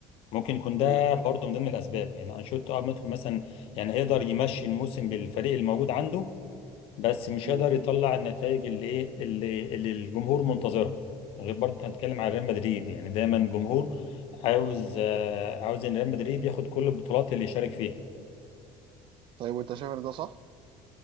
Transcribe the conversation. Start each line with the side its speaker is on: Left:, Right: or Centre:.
Left: ممكن يكون ده
Right: مم،
Left: برضو من ضمن الاسباب يعني انشيلوتي آه ممكن مثلا يعني هيقدر يمشي الموسم بالفريق الموجود عنده بس مش
Right: مم.
Left: هيقدر يطلع النتائج اللي ايه اللي, اللي الجمهور منتظرها غير برضو إحنا هنتكلم عن ريال مدريد يعني دايما الجمهور عاوز آه، عاوز ان ريال مدريد ياخد كل البطولات اللي يشارك فيها
Right: طيب وانت شايف ان ده صح؟